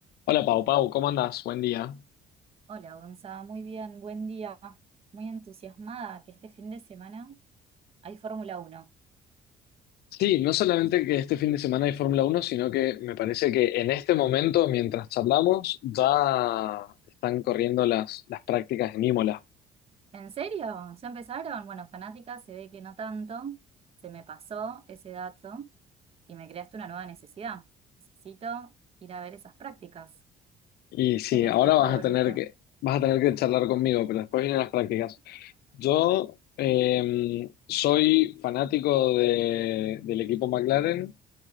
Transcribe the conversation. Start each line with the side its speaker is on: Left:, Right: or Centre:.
Left: Hola Pau, Pau, ¿cómo andás? Buen día.
Right: Hola, Gonza, muy bien, buen día. Muy entusiasmada que este fin de semana hay Fórmula Uno.
Left: Sí, no solamente que este fin de semana hay Fórmula Uno, sino que me parece que en este momento, mientras charlamos, ya están corriendo las, las prácticas en Imola.
Right: ¿En serio? ¿Ya empezaron? Bueno, fanática, se ve que no tanto. Se me pasó ese dato y me creaste una nueva necesidad. Necesito ir a ver esas prácticas.
Left: Y sí,
Right: ¿Quién es
Left: ahora
Right: tu favorito?
Left: vas a tener que, vas a tener que charlar conmigo, pero después vienen las prácticas. Yo eh, soy fanático de- del equipo McLaren.